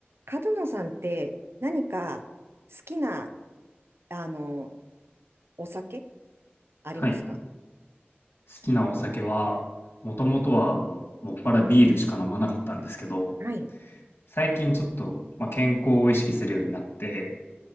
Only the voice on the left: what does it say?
はい。好きなお酒は、もともとはもう、もっぱらビールしか飲まなかったんですけど、
最近ちょっと、まあ、健康を意識するようになって、